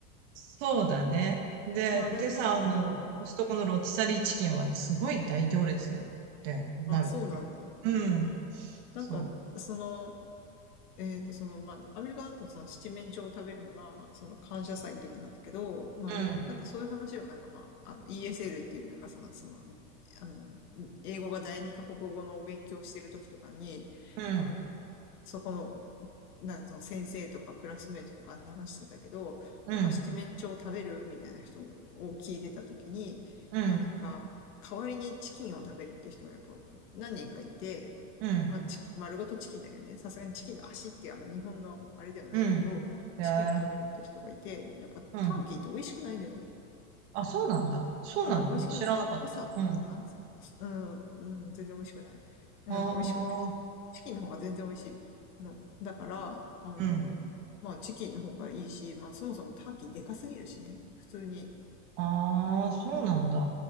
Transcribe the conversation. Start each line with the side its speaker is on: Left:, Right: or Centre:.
Right: そうだね。で、
Left: まあでもなんか、
Right: でさ、あの、
Left: うん。
Right: コストコのロティサリーチキンはすごい大行列ってなるって。
Left: あ、そうなんだ。
Right: うん。
Left: なんか、
Right: そ
Left: その、えっと、その、まあ、アメリカだとその七面鳥を食べるのが、その感謝祭の時なんだけど、まあでも、
Right: う。
Left: なんかそういう話をなんかまあ、あの ESL っていうなんかさ、その、あの、英語が第二カ国語のお勉強してる時とかに、
Right: うん、うん、
Left: あの、そこのなんかその先生とかクラスメートとか話してたけど、
Right: うん、
Left: なんか七面鳥食べるみたいな人を聞いてた時に、
Right: うん、
Left: まあなんか、代わりにチキンを食べるって人がやっぱ何人かいて、
Right: うん、
Left: まあチキン、丸ごとチキンだけどね、さすがにチキンの足っていうあの日本のあれではないけど、
Right: うん。へえ
Left: チキンを食べるって人がいて、やっぱターキーって美味しくないのよ。
Right: うん。あ、そうなんだ。そうなの知らなかった。
Left: うん、美味しく、パサ、
Right: うん。
Left: うん、なんつうの、うん、うん、全然美味しくない。
Right: ああ、
Left: うん、美味しくチキンの方が全然美味しいの。だから、あの、
Right: うん。
Left: まあチキンの方がいいし、まあそもそもターキーでかすぎるしね。普通に。
Right: ああ、そうなんだ。